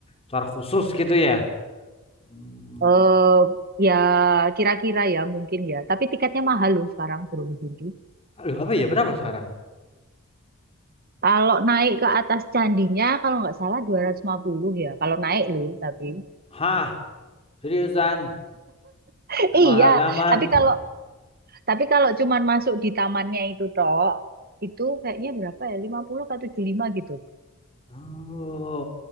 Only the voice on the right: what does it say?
Eh, ya kira-kira ya mungkin ya. Tapi tiketnya mahal loh sekarang Borobudur tuh.
Kalau naik ke atas candinya, kalau nggak salah 250 ya. Kalau naik loh, tapi
<laughs>
iya.
Tapi kalau tapi kalau cuman masuk di tamannya itu toh, itu kayaknya berapa ya? 50 ke 75 gitu.